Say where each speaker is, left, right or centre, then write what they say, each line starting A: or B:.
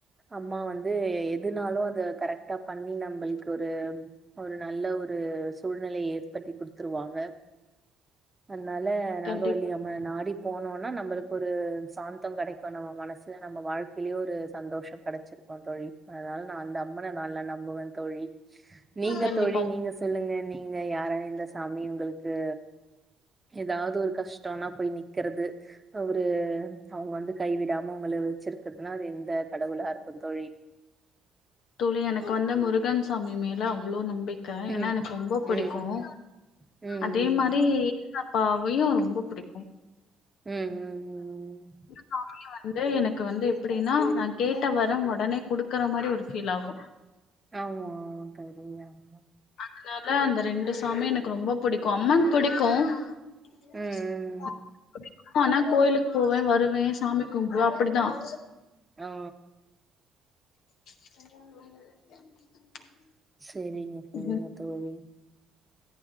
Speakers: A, on the right; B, on the left.
A: அம்மா வந்து எதுனாலும் அத கரெக்டா பண்ணி நம்மளுக்கு ஒரு ஒரு நல்ல ஒரு சூழ்நிலையை ஏ பத்தி குடுத்துருவாங்க அதனால நாகவல்லி
B: கண்டிப்பா
A: அம்ம நாடி போனோனா நம்மளுக்கு ஒரு சாந்தம் கெடைக்கும் நம்ம மனசு நம்ம வாழ்க்கையிலயே ஒரு சந்தோஷம் கிடைச்சிரும் தொழி அதனால நான அந்த அம்மனை நல்லா நம்புவேன் தொழி நீங்க
B: கண்டிப்பா
A: தொழி நீங்க சொல்லுங்கள நீங்க யார ந்த சாமி உங்களுக்கு ஏதாவது ஒரு கஷ்டம்னா போய் நிக்கறது அவரு அவங்க வந்து கைவிடாம அவங்க வச்சிருக்குதுன்னா அது எந்த கடவுளா இருக்கும் தொழி
B: துளி எனக்கு வந்து முருகன் சாமி மேல அவ்ளோ நம்பிக் க்க ஏன்னா
A: ம்.
B: எனக்கு ரொம்ப பிடிக்கும்
A: ம். ம். ம்.
B: அதே மாரி அப்ப அவையும் ரொம்ப புடிக்கும்
A: ம் ம் ம்
B: சாமியு வந்து எனக்கு வந்து எப்டின்னா நான் கேட்ட வரம் உடனே குடுக்குற மாரி ஒரு பீல் ஆகும்
A: ஆமா செரி ஆமா
B: அதனால அந்த ரெண்டு சாமியும் எனக்கு ரொம்ப பிடிக்கும் அம்மன் பிடிக்கும் <unintelligible>
A: ம்.
B: ஆன கோயிலுக் போவேன் வருவேன் சாமி கும்புடுவேன் அப்டிதான்
A: ஓ ஓ
B: <inaudible>
A: செரிங்க சொல்லுங்க
B: ம்
A: தொழி